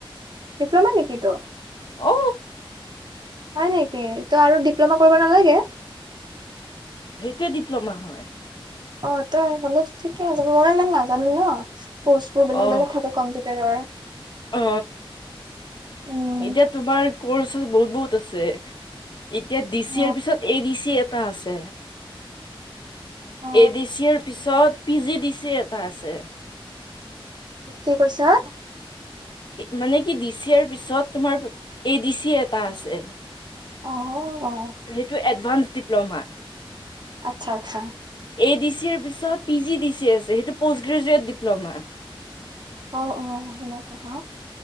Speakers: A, on the right; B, on the left.
A: ডিপ্ল'মা নেকি তো?
B: ঔ
A: হয় নেকি? ত আৰু ডিপ্ল'মা কৰিব নালাগে?
B: টোৱে ডিপ্ল'মা হয়।
A: অ ত সেইফালেদি ঠিকে আছে। মই ইমান নাজানো ন, কৰ্চবোৰ বেলেগ
B: অ
A: বেলেগ থাকে কম <unintelligible>
B: অ,
A: উম
B: এতিয়া তোমাৰ কৰ্চ বহুত বহুত আছে। এতিয়া ডি
A: অ
B: চি আই পিছত এ ডি চি এটা আছে।
A: অ
B: এ ডি চি ৰ পিছত পি জি ডি চি এটা আছে।
A: কি কৈছা।
B: মানে কি ডি চি ৰ পিছত তোমাৰ এ ডি চি এটা আছে।
A: অহ অ।
B: সেইটো এডভান্স ডিপ্ল'মা। ‌
A: আচ্ছা আচ্ছা।
B: এ ডি চি ৰ পিছত পি জি ডি চি আছে সেইটো প'ষ্ট গ্ৰেজুৱেট ডিপ্ল'মা।
A: অ অ সেনেকা কথা